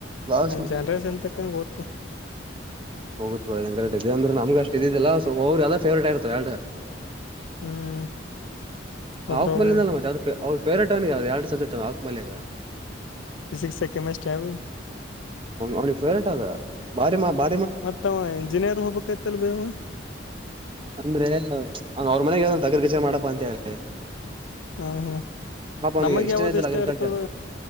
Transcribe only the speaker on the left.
ಜನ್ರೇಷನ್ ತಕ್ಕಂಗ ಗೊತ್ತು
ಹ್ಮ್ ಒಬ್ರೊಬ್ರ
ಫಿಸಿಕ್ಸ್ ಕೆಮಿಸ್ಟ್ರಿ ಅವ
ಮತ್ತವ ಇಂಜಿನಿಯರ್ ಹೋಗ್ಬೇಕಕ್ತಲ್ ಬೇವ
ಹ್ಮ್ ಹ್ಮ್
ನಮಗ್
ಯಾವದ
ಇಷ್ಟ
ಇರ್ತದ